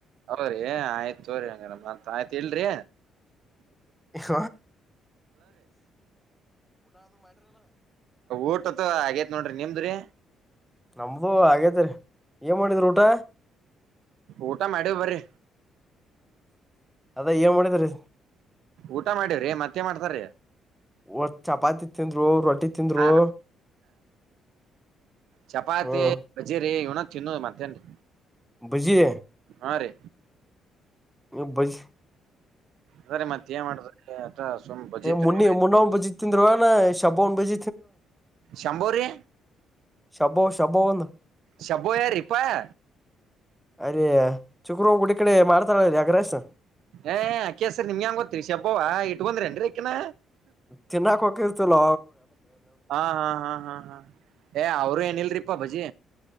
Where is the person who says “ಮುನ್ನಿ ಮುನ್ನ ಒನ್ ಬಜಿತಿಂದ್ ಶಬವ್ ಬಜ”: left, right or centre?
Centre